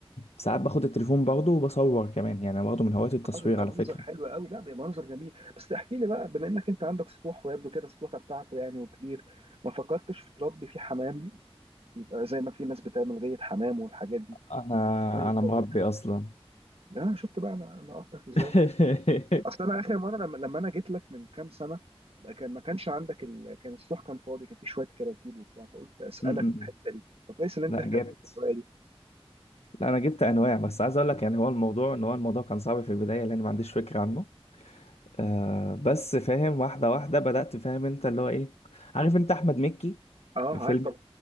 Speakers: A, on the left; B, on the right.
A: ساعات باخد التليفون برضه وبصور كمان يعني أنا برضه من هواية التصوير
B: اه بيبقى
A: على
B: منظر
A: فكرة
B: حلو قوي لا بيبقى منظر جميل بس احكي لي بقى بما انك انت عندك سطوح ويبدو كده السطوح بتاعكم يعني وكبير ما فكرتش في تربي فيه حمام دي يبقى زي ما في ناس بتعمل غية حمام والحاجات دي
A: أنا
B: شوية
A: أنا
B: تربية
A: مربي أصلا
B: حمام. اه شفت بقى انا انا اخطأت ازاي
A: <laughs>
B: اصل انا اخر مرة لما, لما انا جيت لك من كام سنة كان ما كانش عندك ال... كان السطوح كان فاضي كان فيه شوية كراكيب وبتاع فقلت اسألك
A: م-م-م.
B: في الحتة دي فكويس ان انت
A: لا
B: اهتميت
A: جبت
B: بالطريقة دي
A: لا أنا جبت أنواع بس عايز أقول لك يعني هو الموضوع إن هو الموضوع كان صعب في البداية لأن ما عنديش فكرة عنه آه بس فاهم واحدة واحدة بدأت فاهم أنت اللي هو إيه عارف أنت أحمد مكي
B: اه
A: في
B: عارف
A: فيلم
B: طبعا